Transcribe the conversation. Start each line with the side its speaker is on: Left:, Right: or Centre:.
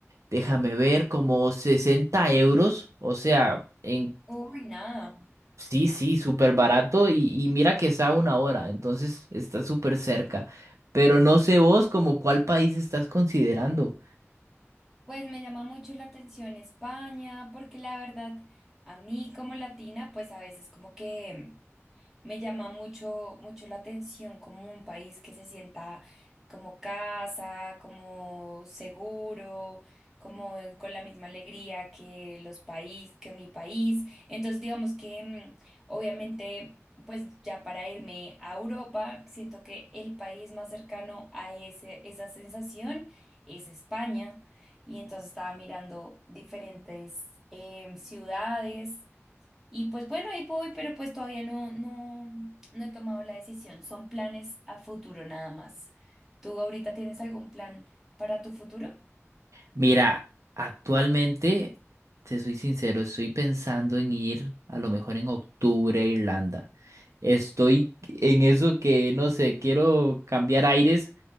Right: déjame ver, como 60 euros, o sea, en...
Centre: Uy, nada.
Right: Sí, sí, súper barato y, y mira que está a una hora, entonces está súper cerca. Pero no sé vos como cuál país estás considerando.
Centre: Pues me llama mucho la atención España, porque la verdad, a mí como latina, pues a veces como que Me llama mucho, mucho la atención como un país que se sienta como casa, como seguro, como con la misma alegría que los países, que mi país. Entonces, digamos que mm, obviamente, pues ya para irme a Europa, siento que el país más cercano a ese, esa sensación es España. Y entonces estaba mirando diferentes em, ciudades y pues bueno, ahí voy, pero pues todavía no, no, no he tomado la decisión. Son planes a futuro nada más. ¿Tú ahorita tienes algún plan para tu futuro?
Right: Mira, actualmente, te soy sincero, estoy pensando en ir a lo mejor en octubre a Irlanda. Estoy en eso que, no sé, quiero cambiar aires.